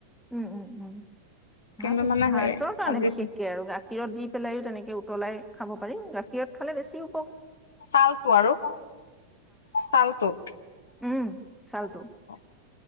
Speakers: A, in the centre; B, on the left.
A: উম উম উম
B: কিন্তু
A: ভাল।
B: মানে
A: হাৰ্টৰ
B: সেই
A: কাৰণে
B: আজি
A: বিশেষকে আৰু গা গাখীৰত দি পেলায়ো তেনেকৈ উতলাই খাব পাৰি। গাখীৰত খালে বেছিও
B: ছালটো আৰু ছালটো।
A: উম চালটো
B: <unintelligible>